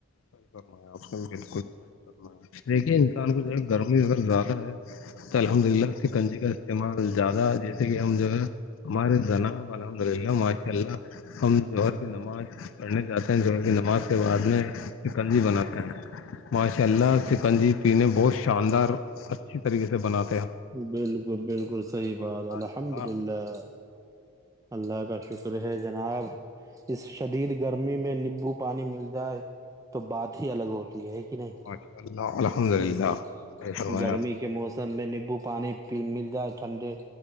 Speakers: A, on the left; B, on the right.
A: ص کرنا آپ کا بھی بالکل ص کرنا ہے دیکھیے انسان کو جو ہے گرمی اگر زیادہ ہے تو الحمد للہ اس کی کنجی کا استعمال زیادہ ہے جیسے کہ ہم جو ہے ہمارے جناب الحمد للہ ماشاء اللہ ہم جوہر کی نماز پڑھنے جاتے ہیں جو کی نماز کے بعد میںکنجی بناتے ہیں ماشاء اللہ چکن جی پینے بہت شاندار اچھی طریقے سے بناتا
B: بالکل بالکل صحیح بات
A: ممتاز
B: الحمد
A: نواب،
B: للہ اللہ کا شکر ہے جناب- اس شدید گرمی میں نیبو پانی مل جائے- تو بات ہی الگ ہوتی ہے کہ نہیں-
A: ماشاء اللہ الحمد للہ
B: جی
A: صحیح فرمایا
B: گرمی
A: آپ نے
B: کے موسم سب میں نیبو پانیی مل جائے ٹھنڈے-